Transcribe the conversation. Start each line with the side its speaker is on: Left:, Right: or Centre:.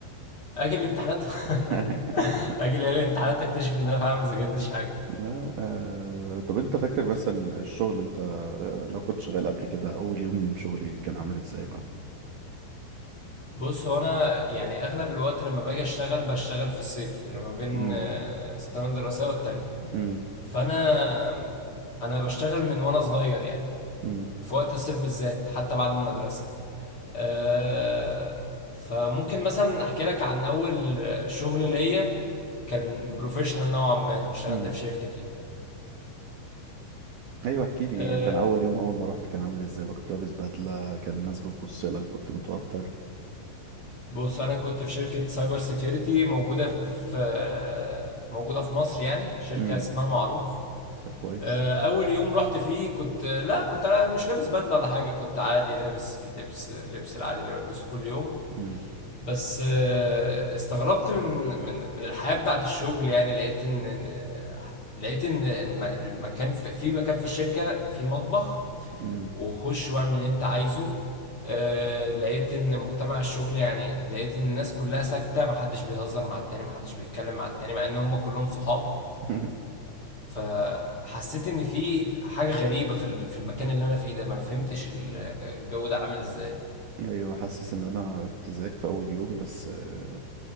Left: اجي الامتحانات
Right: <laughs>
Left: <laughs> اجي ليالي الامتحانات اكتشف ان انا فعلا ما ذاكرتش حاجه
Right: لا آه، طب انت فاكر مثلا الشغل انت آه، لو كنت شغال قبل كده اول يوم شغلي كان عامل ازاي بقى
Left: بص هو انا يعني اغلب الوقت لما باجي اشتغل بشتغل في الصيف اللي ما بين
Right: امم
Left: آه، سنه دراسيه والتانيه
Right: امم
Left: فانا انا بشتغل من وانا صغير يعني
Right: امم
Left: في وقت الصيف بالذات حتى بعد المدرسه آه، فممكن مثلا احكي لك عن اول شغل ليا كان بروفيشنال نوعا ما اشتغلت
Right: أمم.
Left: في شركه فيه
Right: ايوه احكي لي
Left: آه،
Right: كان اول يوم اول ما رحت كان عامل ازاي بقى كنت لابس بدلة كان الناس بتبص لك كنت متوتر
Left: بص انا كنت في شركه سايبر سيكيورتي موجوده في آه، موجوده في مصر يعني شركه
Right: امم
Left: اسمها معروف
Right: طب كويس
Left: آه، اول يوم رحت فيه كنت لا كنت انا مش لابس بدله ولا حاجه كنت عادي لابس لبس لبس العادي اللي بلبسه كل يوم
Right: امم
Left: بس آه، استغربت من من من الحياة بتاعت الشغل يعني لقيت ان لقيت ان الم- المكان في في مكان في الشركة في مطبخ
Right: امم
Left: وخش واعمل اللي انت عايزه آه، لقيت ان مجتمع الشغل يعني لقيت ان الناس كلها ساكتة محدش بيهزر مع التاني محدش بيتكلم مع التاني مع ان هم كلهم صحاب
Right: <laughs>
Left: فحسيت ان في حاجة غريبة في ال- في المكان اللي انا فيه ده ما فهمتش الجو ده عامل ازاي
Right: ايوه حاسس ان انا كنت زيك في اول يوم بس آه،